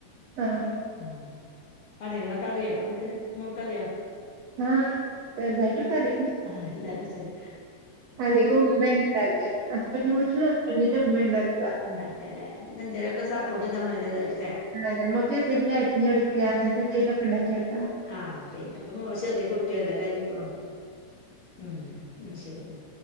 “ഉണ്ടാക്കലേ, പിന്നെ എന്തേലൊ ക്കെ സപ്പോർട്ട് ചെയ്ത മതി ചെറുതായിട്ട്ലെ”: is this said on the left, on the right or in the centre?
Left